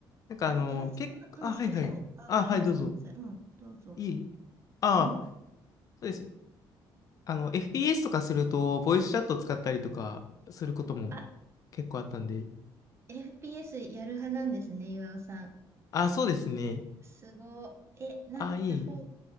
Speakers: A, on the left; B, on the right.
A: なんかあの、
B: あ、岩井さん、
A: 結構、
B: うん、
A: あ、
B: そうそう。
A: はいはい。
B: あ、
A: あ、
B: ごめんなさい、
A: はい、どうぞ。
B: ごめんなさい。うん、どうぞ。
A: いいあ、
B: うん。
A: そうです。あの、FPS とかすると、ボイスチャット使ったりとかすることも
B: あ、
A: 結構あったんで。
B: FPS やる派なんですね、岩尾さん。
A: あ、そうですね。
B: すごい。え、な、
A: あ、いい。
B: な、フォー、